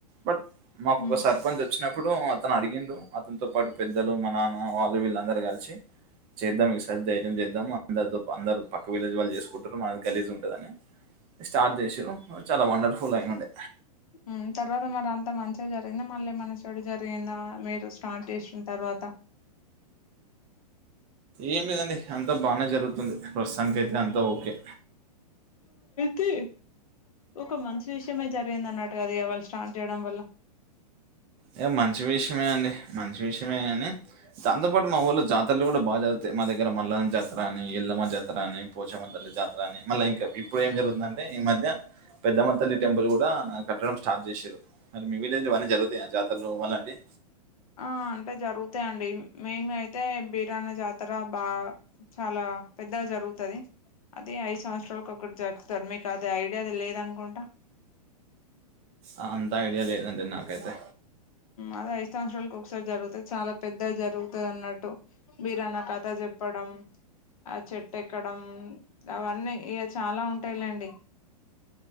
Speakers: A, on the right; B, on the left.
A: బట్ మాకు
B: హ్మ్.
A: ఒక సర్పంచ్ వచ్చినప్పుడు అతను అడిగిండు అతనితో పాటు పెద్దలు మా నాన్న వాళ్ళు వీళ్ళందరూ కలిసి చేద్దాం సరి ధైర్యం చేద్దాము అందరితో అందరు పక్క విలేజ్ వాళ్ళు చేసుకుంటారు మనకు గలీజ్ ఉంటదని స్టార్ట్ చేసిర్రు చాలా వండర్ఫు ఫుల్ అయ్నుండే
B: మ్ తర్వాత మరి అంత మంచిగా జరిగింది మళ్ళీ మనసు కీడు జరిగిందా మీరు స్టార్ట్ చేసిన తర్వాత
A: ఏం లేదండి అంతా బానే జరుగుతుంది ప్రస్తుతానికి అయితే అంతా ఓకే
B: తే ఒక మంచి విషయమే జరిగిందన్నట్టుగ అది ఇగ వాళ్ళు స్టార్ట్ చేయడం వల్ల
A: ఇగ మంచి విషయమే అండి మంచి విషమే గనీ దాంతోపాటు మా ఊళ్లో జాతర్లు గుడా బా జరుగు తయి మా దగ్గర మల్లన్న జాతరా అని ఎల్లమ్మ జా తరా అని పోచమ్మ తల్లి జాతరా అని మళ్ళ ఇంకా ఇప్పుడు ఏం జరుగుతుందంటే ఈ మధ్య పెద్దమ్మ తల్లి టెంపుల్ గుడా కట్టడం స్టార్ట్ చేసింన్రు మరి మీ విలేజ్లో ఇవన్ని జరుగుతయా జాతర్లు అలాంటియి
B: ఆ అంటే జరుగుతయండి మెయిన్గా అయితే బిరాన జాతర బాగా చాలా పెద్దగ జరుగుతది. అది ఐదు సంవత్సరాలకొకర్ జరుప్తారు మీకది ఐడియా లేదనుకుంటా
A: ఆ అంతా ఐడియా లేదండి నాకైతే
B: అది ఐదు సంవత్సరాలకొక్సారి జరుగుతద్ చాలా పెద్దది జరుగుతదన్నట్టు బిరానా ఖాతా జెప్పడం ఆ చెట్ ఎక్కడం అవన్నీ ఇగ చాలా ఉంటయి లేండి.